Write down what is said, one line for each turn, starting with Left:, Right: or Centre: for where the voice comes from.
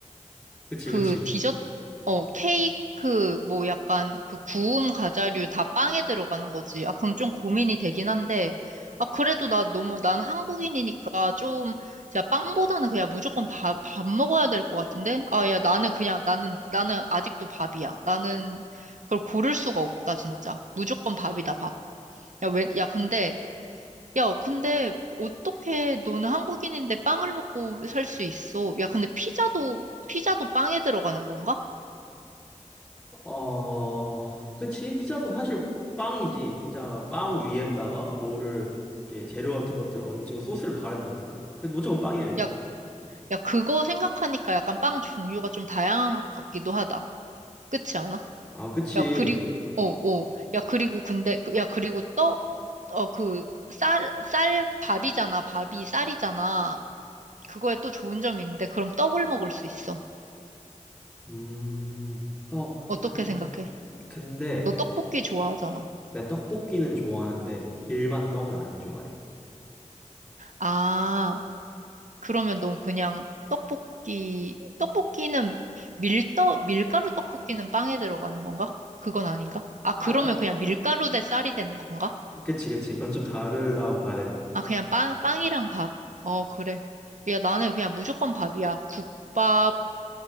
Centre: 그치,
Right: 그
Centre: 그치.
Right: 디저트, 어, 케이크, 뭐 약간 그 구운 과자류 다 빵에 들어가는 거지. 아, 그럼 좀 고민이 되긴 한데. 아, 그래도 나 너무, 난 한국인이니까 좀, 야, 빵보다는 그냥 무조건 밥, 밥 먹어야 될 것 같은데? 아, 야, 나는 그냥, 나는, 나는 아직도 밥이야. 나는 그걸 고를 수가 없다, 진짜. 무조건 밥이다, 밥. 야, 왜, 야, 근데 야, 근데 어떻게 너는 한국인인데 빵을 먹고 살 수 있어? 야, 근데 피자도, 피자도 빵에 들어가는 건가?
Centre: 어, 그치. 피자도 사실 빵이지. 피자 빵 위에다가 뭐를 이렇게 재료 같은 것들을 얹고 소스를 바르는 거니까. 그 무조건 빵이어야지.
Right: 야, 야, 그거 생각하니까 약간 빵 종류가 좀 다양한 것 같기도 하다. 그렇지 않아?
Centre: 아, 그치.
Right: 야, 그리고, 어, 어. 야, 그리고 근데, 그- 야, 그리고 떡, 어, 그, 쌀, 쌀, 밥이잖아. 밥이 쌀이잖아. 그거에 또 좋은 점이 있는데, 그럼 떡을 먹을 수 있어.
Centre: 음, 떡.
Right: 어떻게
Centre: 근,
Right: 생각해?
Centre: 근데
Right: 너 떡볶이 좋아하잖아.
Centre: 내 떡볶이는 좋아하는데 일반 떡은 안 좋아해.
Right: 아, 그러면 넌 그냥 떡볶이, 떡볶이는 밀떡, 밀가루 떡볶이는 빵에 들어가는 건가? 그건 아닌가? 아, 그러면
Centre: 아, 아,
Right: 그냥 밀가루 대 쌀이 되는 건가?
Centre: 그치, 그치. 그건 좀 다르다고 봐야 될 것 같아.
Right: 아, 그냥 빵, 빵이랑 밥. 어, 그래. 야, 나는 그냥 무조건 밥이야. 국밥,